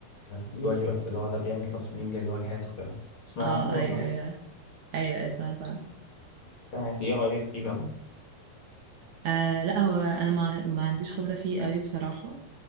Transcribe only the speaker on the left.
اليو اي يو اكس اللي هو ده بيعمل تصميم للواجهات وكده تسمع
عنه ولا
يعني انت ايه رأيك فيه بقى؟